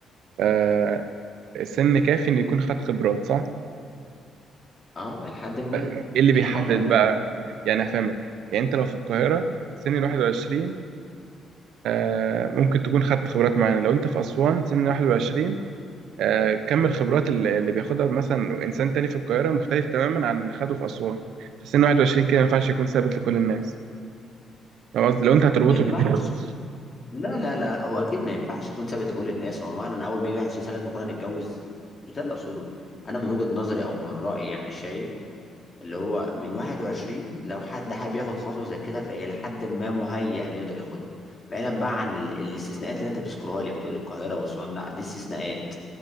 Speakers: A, on the right; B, on the left.
A: آه السن كافي ان يكون خد خبرات صح
B: أه إلى حد ما
A: ايه اللي بيحدد
B: إلى حد ما
A: بقى يعني هفهمك يعني انت لو في القاهره سن 21 آه ممكن تكون خدت خبرات معينه لو انت في اسوان سن 21 آه، كم الخبرات اللي اللي بياخدها مثلا انسان تاني في القاهره مختلف تماما عن اللي خده في اسوان في سن 21 كده ما ينفعش يكون ثابت لكل الناس فاهم قصدي لو انت هتربطه
B: ما ينفعش
A: بال-
B: لا لا لا هو أكيد ما ينفعش يكون ثابت لكل الناس هو معنى إن أول ما يجي 21 سنة لازم كلنا نتجوز مش ده اللي أقصده أنا من وجهة نظري أو من رأيي يعني شايف اللي هو من 21 لو حد حابب ياخد خطوة زي كده فهي لحد ما مهيأ انه يقدر ياخدها بعيدا بقى عن ال- الاستثناءات اللي انت بتذكرها لي بتقول لي القاهرة وأسوان لا دي استثناءات